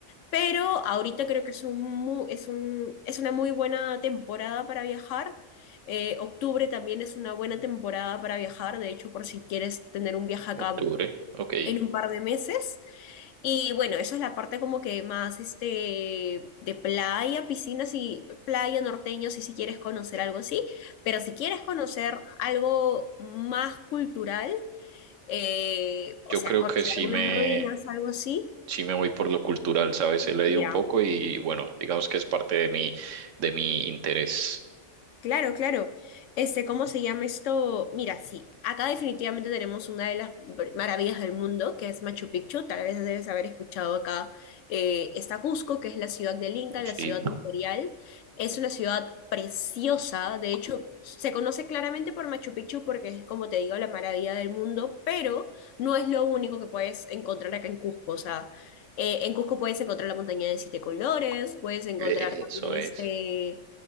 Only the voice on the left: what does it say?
pero ahorita creo que es un, mu- es un, es una muy buena temporada para viajar. Eh, octubre también es una buena temporada para viajar, de hecho, por si quieres tener un viaje acá
en un par de meses. Y bueno, esa es la parte como que más este de playa, piscinas y playa norteño, si, si quieres conocer algo así, pero si quieres conocer algo más cultural, eh, o
sea,
conocer
algunas
ruinas, algo así,
mira,
Claro, claro. Este, ¿cómo se llama esto? Mira, sí, acá definitivamente tenemos una de las br- maravillas del mundo, que es Machu Picchu. Tal vez debes haber escuchado acá. eh, está Cusco, que es la ciudad del Inca, la
ciudad imperial. Es una ciudad preciosa. De hecho, se conoce claramente por Machu Picchu porque es, como te digo, la maravilla del mundo, pero no es lo único que puedes encontrar acá en Cusco. O sea, eh, en Cusco puedes encontrar la montaña de siete colores, puedes encontrar
también
este